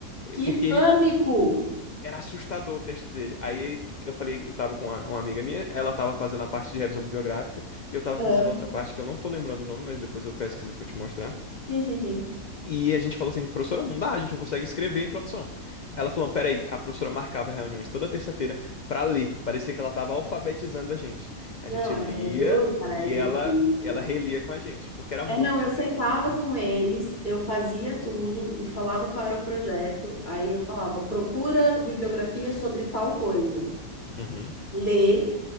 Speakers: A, on the left; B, on the left.
A: Que
B: Porque ele
A: pânico!
B: era assustador o texto dele. Aí eu falei, eu tava com uma, uma amiga minha, ela tava fazendo a parte de revisão bibliográfica, e eu tava
A: Aham.
B: fazendo outra parte que eu não tô lembrando o nome, mas depois eu pesquiso pra te mostrar.
A: Sim, sim, sim.
B: E a gente falou assim, professora, não dá, a gente não consegue escrever a introdução. Ela falou, peraí, a professora marcava reuniões toda terça-feira pra ler. Parecia que ela tava alfabetizando a gente. A
A: Não,
B: gente lia
A: é, é duro, cara,
B: e
A: é difícil.
B: ela, ela relia com a gente, porque era muito
A: É, não, eu
B: difícil.
A: sentava
B: Muito
A: com
B: difícil.
A: eles, eu fazia tudo e falava qual era o projeto. Aí eu falava, procura bibliografia sobre tal coisa.
B: Uhum,
A: Lê